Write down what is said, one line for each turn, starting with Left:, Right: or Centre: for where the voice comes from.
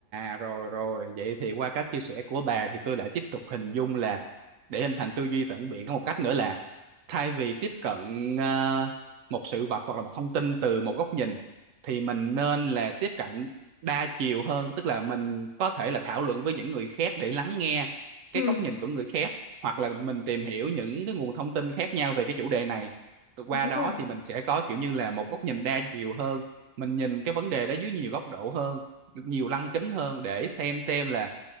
Right: à rồi rồi, vậy thì qua cách chia sẻ của bà thì tôi lại tiếp tục hình dung là để hình thành tư duy phản biện có một cách nữa là thay vì tiếp cận ờ, một sự vật hoặc là một thông tin từ một góc nhìn thì mình nên là tiếp cận đa chiều hơn, tức là mình có thể là thảo luận với những người khác để lắng nghe cái
Left: Ừ.
Right: góc nhìn của người khác hoặc là mình tìm hiểu những cái nguồn thông tin khác nhau về cái chủ đề này. Từ Qua
Left: Đúng
Right: đó
Left: rồi.
Right: thì mình sẽ có kiểu như là một góc nhìn đa chiều hơn, mình nhìn cái vấn đề đó dưới nhiều góc độ hơn nhiều lăng kính hơn để xem xem là